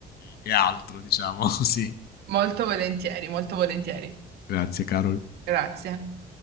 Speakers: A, on the left; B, on the right.
A: e altro, diciamo. <laughs> Sì,
B: Molto volentieri, molto volentieri.
A: grazie, Carol.
B: Grazie.